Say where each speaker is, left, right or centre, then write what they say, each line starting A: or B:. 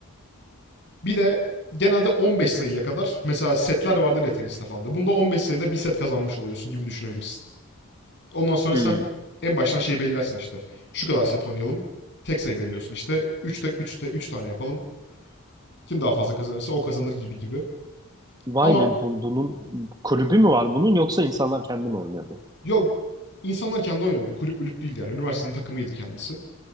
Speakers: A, on the left; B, on the right.
A: Bir de genelde 15 sayıya kadar mesela setler vardır ya teniste falan da. Bunda 15 sayıda bir set kazanmış oluyorsun gibi düşünebilirsin. Ondan sonra
B: Hmm.
A: sen en baştan şey belirlersin işte. Şu kadar set oynayalım. Tek sayı belirliyorsun. işte üçte üçte 3 tane yapalım. Kim daha fazla kazanırsa o kazanır gibi gibi.
B: Vay
A: Ama
B: be bu- bunun kulübü mü var bunun yoksa insanlar kendi mi oynuyordu?
A: yok insanlar kendi oynuyordu Bir kulüp mülüp değildi yani. Üniversitenin takımıydı kendisi.